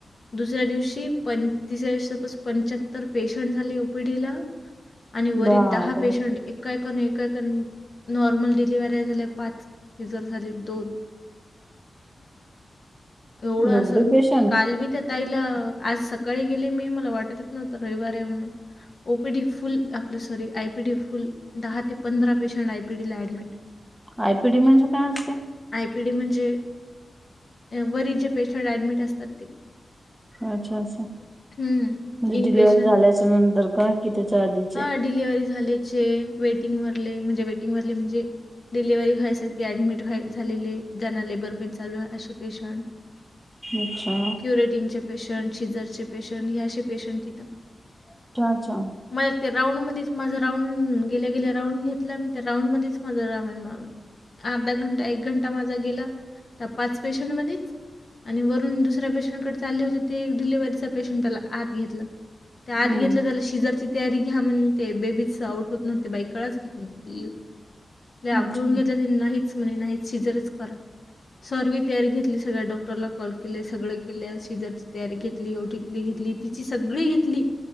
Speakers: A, on the left; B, in the centre.
A: दुसऱ्या दिवशी प, तिसऱ्या दिवशी पंच्याहत्तर पेशंट झाले ओपीडी ला. आणि वरी
B: बापरे
A: दहा पेशंट, एका एकाने एकाने नॉर्मल डी वाऱ्या झाल्या पाच, सिजर झाले दोन. एवढं
B: एवढे
A: असं
B: पेश
A: काल बी त्या ताईला, आज सकाळी गेले मी मला वाटत नव्हतं काय वार आहे म्हणून, ओपिडी फुल आपलं सॉरी आयपीडी फुल, दहा ते पंधरा पेशंट आयपीडी ला ऍडमिट
B: आयपीडी म्हणजे काय असते?
A: आयपीडी म्हणजे, वरीचे जे पेशंट ऍडमिट असतात ते.
B: अच्छा असं,
A: हं.
B: म्हणजे
A: इनपेशंट
B: डिलिव्हरी झाल्याच्या नंतर का, कि त्याच्या आधी?
A: हा डिलेव्हरी झाल्याचे, वेटिंग वरले म्हणजे वेटिंग वरले म्हणजे डिलिव्हरी व्हायसाठी ऍडमिट व्हाय झालेले, ज्यांना लेबर पेन चालू आहे असे पेशंट. <inaudible>
B: अच्छा.
A: वेटिंगचे पेशंट, शिजरचे पेशंट हेे पेशंट अशे तिथं,
B: अच्छा अच्छा
A: म त्या राऊंड मध्येच माझा राऊंड, गेल्या गेल्या राऊंड घेतला मी, त्या राऊंड मध्येच माझा राऊंड अर्धा घंटा एक घंटा माझा गेला, त्या पाच पेशंट मध्येच. आणि वरून, दुसऱ्या पेशंटकडे चालले होते ते एक डिलिव्हरीचा पेशंट त्याला आत घेतला. ते आत
B: हम्म
A: घेतलं त्याला शिजरची तयारी घ्या म्हण, ते बेबीच आऊट होत नव्हते बाई कळाच घेत नव्ह लय आकडून
B: अच्छा
A: घेतलं त्यानी नाहीच म्हणे नाहीच शिजरच करा. सर्वी तयारी घेतली, सगळ्या डॉक्टरला कॉल केले, सगळे केल्या सीजरची तयारी घेतली एवढी ली घेतली, तिची सगळी घेतली.